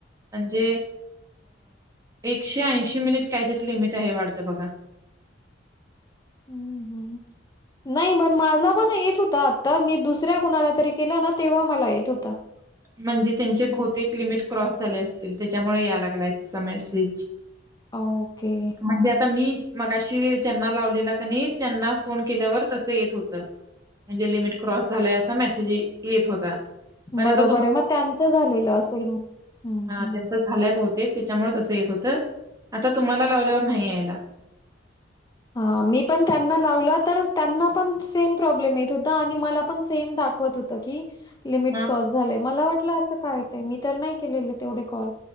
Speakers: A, on the right; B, on the left.
A: म्हणजे एकशे ऐशी मिनिट काहीतरी लिमिट आहे वाटत बघा
B: हम्म हम् नाही मण मला पण येत होता आता मी दुसऱ्या कुणाला तरी केला ना तेव्हा मला येत होता.
A: म्हणजे त्यांचे बहुतेक लिमिट क्रॉस झाले असतील त्याच्यामुळे या लागलाय तसा मेसेज
B: ओके.
A: म्हणजे आता मी मगाशी ज्यांना लावलेला क नाही त्यांना फोन केल्यावर तसं येत होतं म्हणजे लिमिट क्रॉस झालंय असा मेसेज येत होता पण
B: बरोबर
A: आता
B: आहे मग त्यांचं झालेलं असेल मग. हं,
A: हा
B: हं.
A: त्याचा झालय बहु ते त्याच्यामुळे तसं येत होत, आता तुम्हाला लावल्यावर नाही यायला.
B: ह मी पण त्यांना लावला तर त्यांना पण सेम प्रॉब्लेम येत होता आणि मला पण सेम दाखवत होत की लिमिट
A: हा.
B: क्रॉस झालंय मला वाटलं असं का येतय, मी तर नाही केलेले तेवढे कॉल